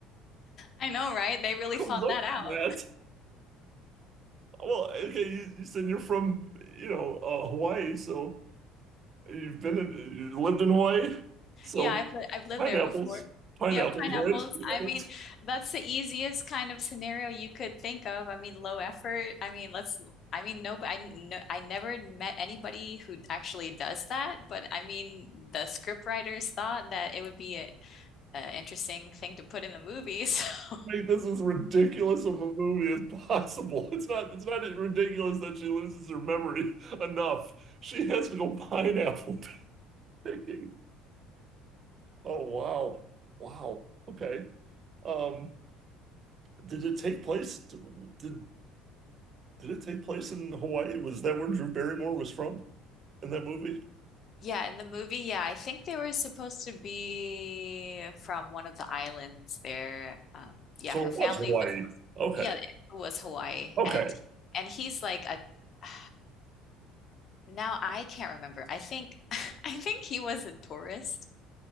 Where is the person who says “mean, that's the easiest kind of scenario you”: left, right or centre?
Left